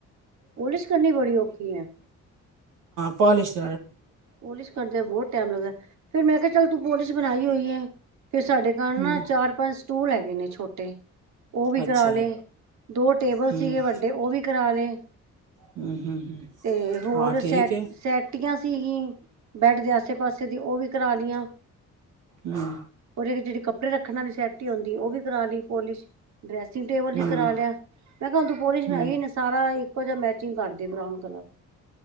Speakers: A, on the right; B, on the right.
A: ਪੋਲਿਸ਼ ਕਰਨੀ ਬੜੀ ਔਖੀ ਐ।
B: ਪੋਲੀਸ਼
A: ਪੋਲਿਸ ਕਰਦਿਆਂ ਬਹੁਤ ਟਾਈਮ ਲੱਗਦਾ। ਫੇਰ ਮੈਂ ਕਿਹਾ ਚੱਲ ਤੂੰ ਪੋਲਿਸ ਬਣਾਈ ਹੋਈ ਐ। ਫ ਸਾਡੇ ਘਰ ਨਾ
B: ਹੂੰ
A: ਚਾਰ ਪੰਜ ਸਟੂਲ ਹੈਗੇ ਨੇ ਛੋਟੇ, ਉਹ ਵੀ
B: ਅੱਛਾ
A: ਕਰਾ ਲਏ ਦੋ ਟੇਬਲ
B: ਹੂੰ
A: ਸੀਗੇ ਵੱਡੇ ਉਹ ਵੀ ਕਰਾ ਲਏ,
B: ਹੂੰ ਹੂੰ ਹੂੰ।
A: ਤੇ ਹੋਰ
B: ਹਾਂ
A: ਸੈ-
B: ਠੀਕ ਹੈ
A: ਸੈਟੀਆਂ ਸੀਗੀ ਬੈਡ ਦੇ ਆਸੇ ਪਾਸੇ ਦੀ ਉਹ ਵੀ ਕਰਾ ਲਈਆਂ।
B: ਹੂੰ
A: ਉਹਦੇ'ਚ ਜਿਹੜੇ, ਕੱਪੜੇ ਰੱਖਣ ਵਾਲੀ ਸੈਟੀ ਆਉਂਦੀ ਉਹ ਵੀ ਕਰਾ ਲਈ ਪੋਲਿਸ਼ ਡਰੈਸਿੰਗ ਟੇਬਲ
B: ਹੂੰ
A: ਵੀ ਕਰਾ ਲਿਆ। ਮੈਂ ਕਿਹਾ ਹੁਣ ਪੋਲੀਸ਼
B: ਹੂੰ
A: ਹੈ ਗੀ ਸਾਰਾ ਏ ਇੱਕੋ ਜਿਹਾ ਮੈਚਿੰਗ ਕਰਦੇ ਬਰਾਊਨ ਕਲਰ